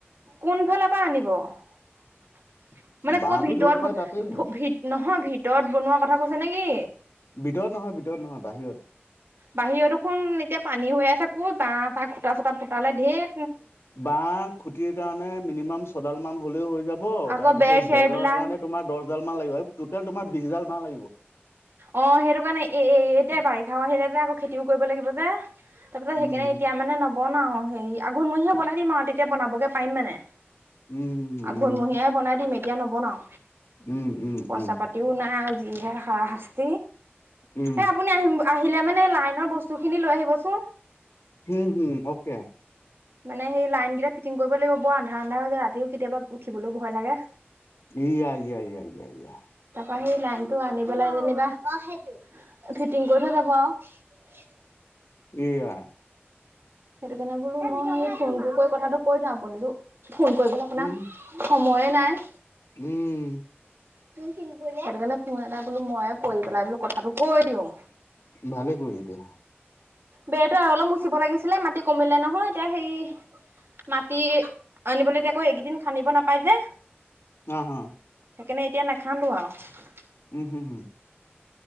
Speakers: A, on the right (about 65°); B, on the left (about 85°).
A: কোনফালৰ পৰা আনিব মানে
B: বাঁহটো
A: ক'ত ভিতৰত
B: য'ত পাই তাতেই হ'ব
A: ভিত নহয় ভিতৰত বনোৱা কথা কৈছে নেকি
B: ভিতৰত নহয় ভিতৰত নহয় বাহিৰত
A: বাহিৰত দেখোন এতিয়া পানী হৈ আছে কত বাঁহ চাঁ খুটা চুটা পুতালে ধেৰ
B: ব খুটিৰ কাৰণে মিনিমাম ছডাল মান হলেও হৈ যায়
A: আকৌ
B: তাৰ পিছত
A: বেৰ চেৰ
B: বেৰৰ
A: বিলাক
B: কাৰণে তোমাৰ দহ ডাল মান লাগিব টেল তোমাৰ বিশডাল ব লাগিব
A: অ' সেইটো কাৰণে এ এতিয়া বাৰিষাও আহিলে যে আকৌ খেতিও কৰিব লাগিব যে তাৰপিছত সেইকাৰিনে
B: উম
A: এতিয়া মানে ন বনাও হেৰি আঘোণমহেও বনাই দিম আৰু তেতিয়া বনাবগে পিম মানে
B: উম
A: আঘোণমহিয়াই
B: উম
A: বনাই দিম ম এ এতিয়া নবনাওঁ
B: উম উম
A: পইচা
B: উম
A: পাতিও নাই আৰু যিহে খাঁ ত
B: উম
A: এ আপুনি আহিম আহিলে মানে লাইনৰ বস্তু খিনি লৈ আহিবচোন
B: উম হম অকে
A: মানে সেই লাইন কেইটা ফিটিং কৰিব লাগিব বৰ আন্ধা আন্ধা হৈছে ৰাতিও কেতিয়াবা উঠিবলৈও ভয় লাগে
B: ই আ লয়া
A: ত প আহেই লাগ আনি পেলাই যেনিবােই ফিটিং কৰি থৈ যাব আৰু
B: এইয়া
A: সেইটো কাৰণে বোলো মই ফোনটো কৰি কথাটো কৈ দিওঁ আপুনিতো ফোন কৰিবলে আপোনাৰ
B: উম
A: সময়ে নাই
B: উম
A: সেইটো কাৰণে ফোন এটা বোলো মই কৰি পেলাই বোলো কথাটো কৈ দিও
B: ভালে কৰিলতে হা
A: বেৰতটো আৰু অলপ মুচিব লাগিছিলে মাটি কমিলে নহয় এতিয়া সেই মাটি আনিবলৈতিয়া আকৌ এইকেইদিন খান্দিব নাপাই যে
B: হা, হা
A: সেইকাৰণে এতিয়া নাখান্দো আৰু।
B: উম হুম হুম